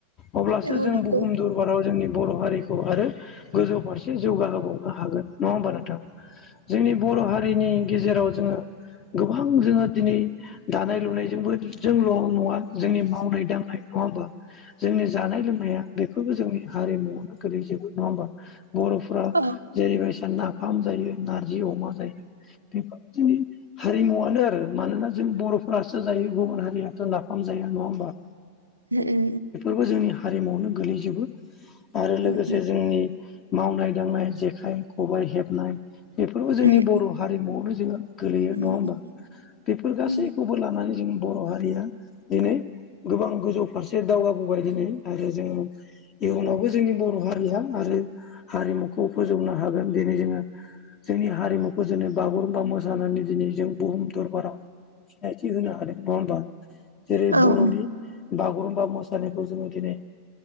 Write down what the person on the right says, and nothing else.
औ
नंगौ
औ
ओ ओ।
उम उम
उम
उम
उम
उम
उम
औ
औ